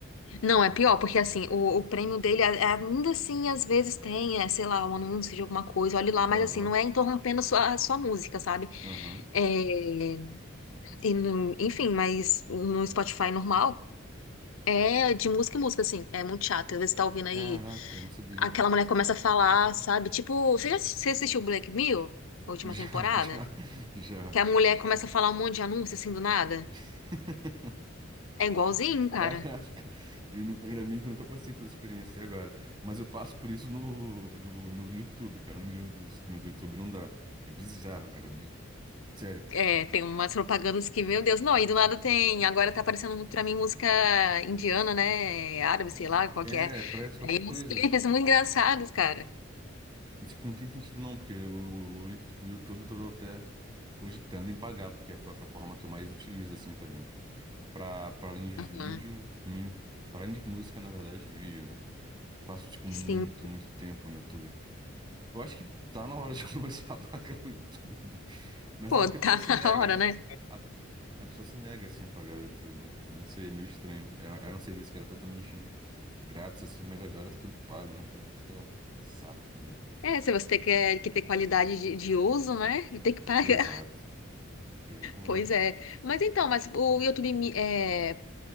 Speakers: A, on the left; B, on the right.
A: Não, é pior, porque assim, o, o prêmio dele, a- a- ainda assim, às vezes tem, é, sei lá, um anúncio de alguma coisa, olhe lá, mas
B: Aham,
A: assim, não é interrompendo a sua, a sua música, sabe?
B: aham.
A: É. E, no- enfim, mas no Spotify normal é de música em música, assim. É muito chato. Às vezes você tá ouvindo
B: Caraca,
A: aí,
B: não sabia.
A: aquela mulher começa a falar, sabe? Tipo, você já assi- você assistiu Black Mirror, a última
B: Já,
A: temporada?
B: <laughs> já, já.
A: Que a mulher começa a falar um monte de anúncio assim do nada.
B: <laughs>
A: É igualzinho, cara.
B: Caraca, eu não- ainda bem que eu nunca passei por essa experiência até agora. Mas eu passo por isso no, do, no YouTube, cara. No, do, no do YouTube não dá. É bizarro, cara. bi- Sério.
A: É, tem umas propagandas que, meu Deus, não, e do nada tem. Agora tá aparecendo muito pra mim música indiana, né? Árabe, sei lá, qual
B: É,
A: que é.
B: parece qualquer
A: Aí
B: coisa.
A: uns clipes muito engraçados, cara.
B: E, tipo, não tem sentido não, porque o, o, o YouTube eu tô até cogitando em pagar, porque é a plataforma que eu mais utilizo, assim, também. Pra, pra além de
A: Aham.
B: vídeo, mim- pra além de música, na verdade, vídeo, né? Passo, tipo, muito,
A: Sim,
B: muito tempo no YouTube. Eu acho que tá na hora de eu <laughs> começar a pagar o YouTube. Mas
A: pô,
B: é algo que
A: tá
B: a pessoa
A: <laughs>
B: se nega,
A: na hora,
B: né?
A: né?
B: A, a pessoa se nega, assim, a pagar o YouTube. Não sei, é meio estranho. Era, era um serviço que era totalmente grátis, assim, mas agora tá tudo pago, né, cara? Isso que é um, é um saco também.
A: É, se você quer que que ter qualidade de, de uso, né? <laughs> Tem que pagar.
B: Exato.
A: <laughs>
B: Exatamente.
A: Pois é. Mas então, mas o YouTube, Mi- é,